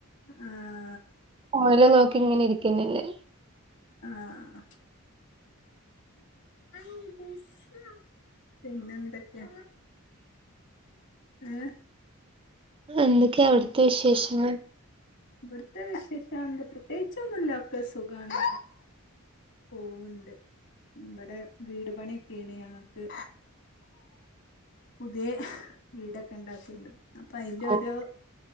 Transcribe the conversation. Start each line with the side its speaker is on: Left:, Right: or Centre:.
Left: ആഹ്
Right: ഫോണില് നോക്കി ഇങ്ങനെ ഇരിക്കന്നല്ലേ
Left: ആഹ് ആഹ് പിന്നെ തൊക്കെ ഏഹ്
Right: എന്തൊക്കെയാ അവിടുത്തെ വിശേഷങ്ങൾ?
Left: ഇവിടുത്തെ വിശേഷം എന്ത പ്രത്യേകിച്ചൊന്നുല്ല ഒക്കെ സുഖാണ്. പോവുണ്ട്, ഇവടെ വീട് പണിയൊക്കെയാണ് ഞങ്ങക്ക് പുത്യേ വീടൊക്കെണ്ടാക്ക്‌ണ്ട് അപ്പ അയിന്റെ
Right: ഓഹ്
Left: ഒരു